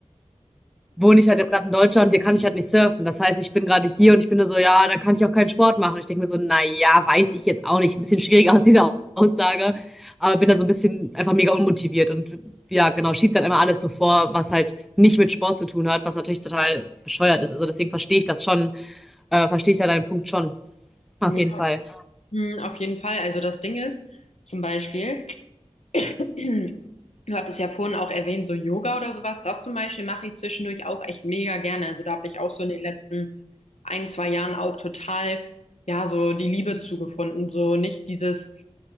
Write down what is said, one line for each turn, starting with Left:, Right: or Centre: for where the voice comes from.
Centre: wohne ich halt jetzt gerade in Deutschland, hier kann ich halt nicht surfen. Das heißt, ich bin gerade hier und ich bin nur so, ja, da kann ich auch keinen Sport machen. Und ich denke mir so, na ja, weiß ich jetzt auch nicht. Ein bisschen schwierig <laughs> aus dieser Aussage, aber bin da so ein bisschen einfach mega unmotiviert und ja, genau, schiebt dann immer alles so vor, was halt nicht mit Sport zu tun hat, was natürlich total bescheuert ist. Also deswegen verstehe ich das schon, äh, verstehe ich ja deinen Punkt schon,
Left: Ja,
Centre: auf jeden Fall.
Left: Hm, auf jeden Fall. Also das Ding ist, zum Beispiel, <clears throat> du hattest ja vorhin auch erwähnt, so Yoga oder sowas, das zum Beispiel mache ich zwischendurch auch echt mega gerne. Also da habe ich auch so in den letzten ein, zwei Jahren auch total, ja, so die Liebe zugefunden. So nicht dieses